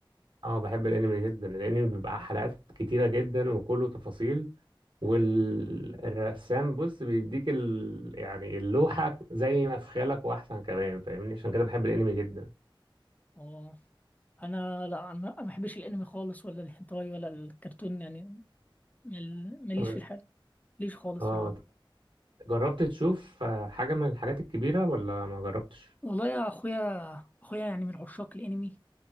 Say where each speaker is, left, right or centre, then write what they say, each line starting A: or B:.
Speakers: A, on the right; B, on the left.
A: اه بحب الانمي جدا الانمي بيبقى حلقات كتيرة جدا وكله تفاصيل والرسام بص بيديك ال... يعني اللوحة زي ما في خيالك واحسن كمان فاهمني عشان كده بحب الانمي جدا
B: اه انا لا انا ما بحبش الانمي خالص ولا الهنتاي ولا الكرتون يعني مل- ماليش
A: طب-
B: في الحاجه ماليش خالص
A: اه جربت تشوف آه، حاجة من الحاجات الكبيرة ولا ما جربتش
B: والله يا اخويا اخويا يعني من عشاق الانمي